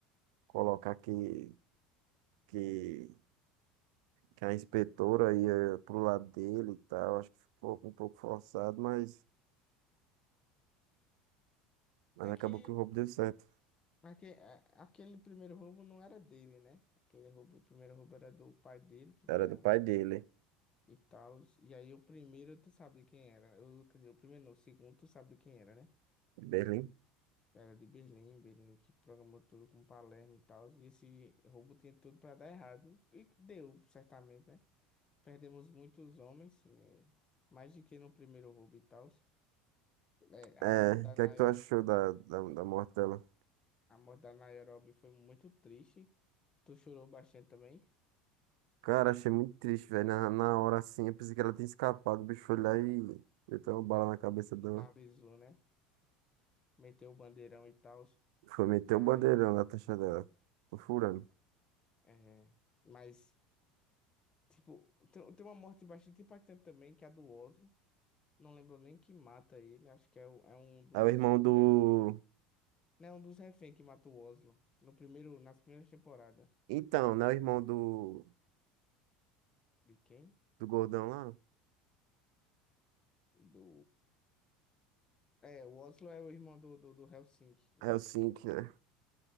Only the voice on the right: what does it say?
colocar que, que, que a inspetora ia pro lado dele e tal. Acho que ficou um pouco forçado, mas, mas
acabou
que o roubo deu certo.
Era
do pai dele,
de Berlim.
É,
o que
é que tu achou
da, da, da morte dela?
Cara, achei muito triste, velho. Na, na hora assim, eu pensei que ela tinha escapado, o bicho foi lá e meteu uma bala na cabeça
dela.
Foi meter
o
bandeirão na taxa dela. Tô furando.
É o irmão do.
Então, né? O irmão do,
do gordão lá.
Helsinki, né?